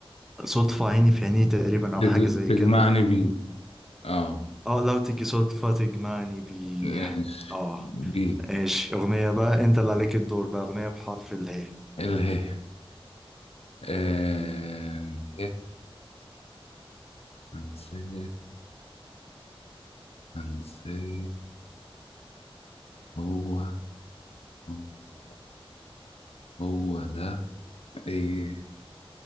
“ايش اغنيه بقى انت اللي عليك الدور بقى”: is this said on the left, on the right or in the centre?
Centre